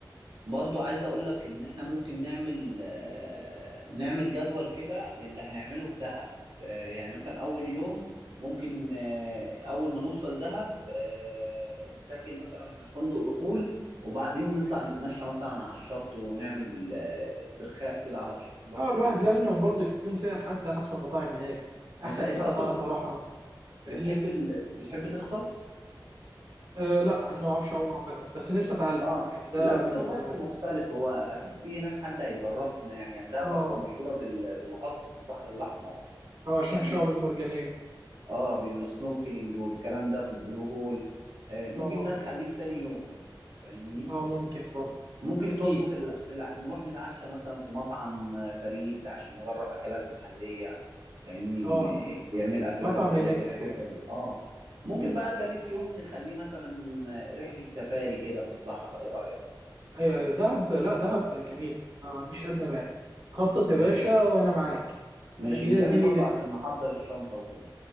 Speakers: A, on the right; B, on the right.
A: برضو عايز اقول لك ان احنا ممكن نعمل آه، نعمل جدول كده للي هنعمله في دهب آه، يعني مثلا اول يوم ممكن آه، اول ما نوصل دهب آه، نسجل مثلا في الفندق دخول وبعدين نطلع نتمشى مثلا على الشط ونعمل آه، استرخاء كده على الشط الواحد
B: اه الواحد
A: يفصل
B: لازم برضه يكون سائل حد عن احسن مطاعم هناك احسن
A: انت انت
B: حته
A: اصلا
B: تعرف اروحها فاهمني
A: بتحب ال... بتحب تغطس
B: آه لا انا ما اعرفش اعوم عامه بس نفسي اتعلم
A: اه
B: يعني ده
A: لا
B: من
A: بس الغطس مختلف هو اكيد في هناك حد هيدربنا يعني يعني دهب
B: اه
A: اصلا مشهورة بال... بالغطس في البحر الاحمر
B: اه عشان
A: يعني
B: الشعب المرجانيه
A: اه بالسنوركلينج والكلام ده في البلو هول آه ممكن
B: اه
A: ده نخليه في تاني يوم فاهمني
B: اه ممكن برضه
A: ممكن
B: اكيد
A: برضو في, ال... في ال... نروح نتعشى مثلا في مطعم آه، فريد عشان نجرب اكلات محلية فاهمني
B: اه
A: م- بيعمل اكلات
B: مطعم
A: محلية
B: هناك
A: زي الكشري
B: ايوه أيوة،
A: اه
B: بالظبط
A: ممكن بقى تالت يوم نخليه مثلا آه، رحلة سفاري كده في الصحراء ايه رأيك
B: ايوه ايوه دهب لا دهب جميله انا ما عنديش ادنى مانع خطط يا
A: ماشي
B: باشا وانا معاك
A: ماشي
B: انا من
A: نتقابل
B: ايدك دي لايدك
A: برضو عشان
B: دي
A: نحضر الشنطة وكده